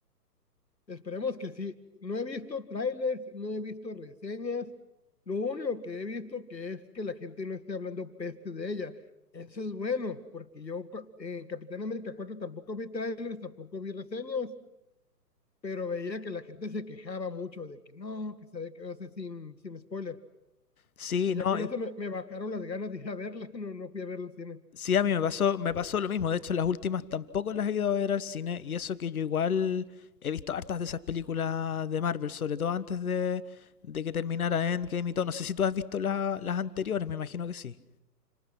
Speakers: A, on the left (about 85°); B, on the left (about 60°).
A: Esperemos que sí. No he visto trailers, no he visto reseñas. Lo único que he visto que es que la gente no esté hablando peste de ella. Eso es bueno, porque yo cu- en Capitán América cuatro tampoco vi trailers, tampoco vi reseñas, pero veía que la gente se quejaba mucho de que no, que sabe que, o sea, sin, sin spoiler.
B: Sí,
A: Y
B: no,
A: ya con eso me, me bajaron las ganas de ir a verla, <laughs> no, no fui a verla al cine.
B: Sí, a mí me pasó, me pasó lo mismo. De hecho, las últimas tampoco las he ido a ver al cine. Y eso que yo igual he visto hartas de esas películas de Marvel, sobre todo antes de, de que terminara Endgame y todo. No sé si tú has visto la- las anteriores, me imagino que sí.